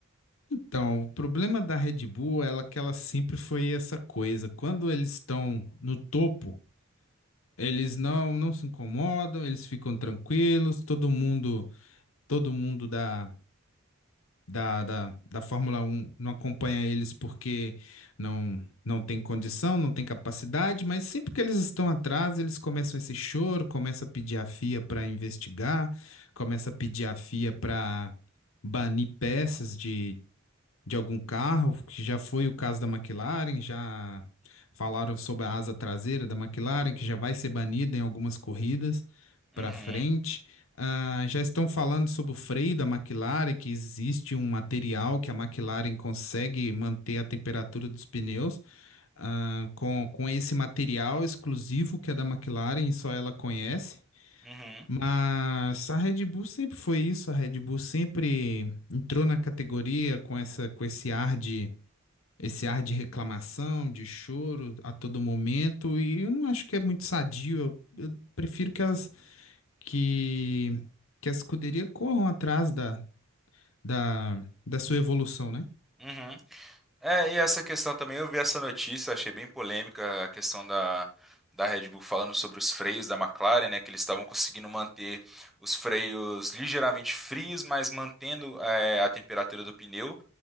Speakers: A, on the left; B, in the centre.
A: Então, o problema da Red Bull é que ela sempre foi essa coisa. Quando eles estão no topo, eles não, não se incomodam, eles ficam tranquilos, todo mundo, todo mundo dá da, da, da Fórmula Um não acompanha eles porque não, não tem condição, não tem capacidade, mas sempre que eles estão atrás, eles começam esse choro, começa a pedir a FIA para investigar, começa a pedir a FIA para banir peças de, de algum carro, que já foi o caso da McLaren, já falaram sobre a asa traseira da McLaren, que já vai ser banida em algumas corridas
B: Uhum,
A: para frente. Ah, já estão falando sobre o freio da McLaren, que existe um material que a McLaren consegue manter a temperatura dos pneus, ah, com, com esse material exclusivo que é da McLaren e só ela conhece.
B: uhum,
A: Mas a Red Bull sempre foi isso, a Red Bull sempre entrou na categoria com essa, com esse ar de, esse ar de reclamação, de choro a todo momento, e eu não acho que é muito sadio. Eu, eu prefiro que as que, que a escuderia corram atrás da, da, da sua evolução, né?
B: uhum. É, e essa questão também, eu vi essa notícia, achei bem polêmica a questão da, da Red Bull falando sobre os freios da McLaren, né, que eles estavam conseguindo manter os freios ligeiramente frios, mas mantendo é, a temperatura do pneu.